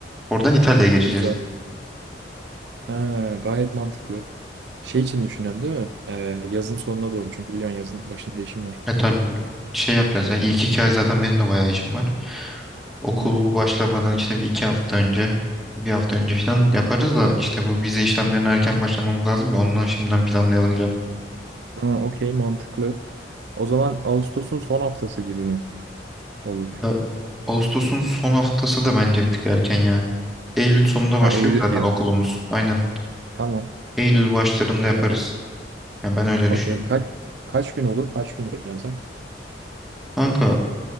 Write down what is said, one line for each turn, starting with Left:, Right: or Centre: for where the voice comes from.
Centre: Oradan İtalya'ya geçeceğiz.
Right: Güzel. Ha, gayet mantıklı. Şey için düşünüyorsun değil mi? Ee, yazın sonuna doğru. Çünkü biliyorsun yazın başında işim var.
Centre: E tabii şey yapacağız ya ilk iki ay zaten benim de bayağı işim var. Okul
Right: Hı hı.
Centre: başlamadan işte bir iki hafta önce bir hafta önce falan yaparız da işte bu vize işlemlerine erken başlamamız lazım ya ondan şimdiden planlayalım diyorum.
Right: Ha, okey mantıklı. O zaman Ağustos'un son haftası gibi mi olur?
Centre: Ya Ağustos'un son haftası da bence bir tık erken ya. Eylül sonunda
Right: Ha
Centre: başlıyor
Right: Eylül
Centre: zaten
Right: diyorsun.
Centre: okulumuz. Aynen.
Right: Tamam.
Centre: Eylül başlarında
Right: Ee,
Centre: yaparız. Yani ben öyle
Right: okey.
Centre: düşünüyorum.
Right: Kaç kaç gün olur? Kaç gün düşünüyorsun sen?
Centre: Kanka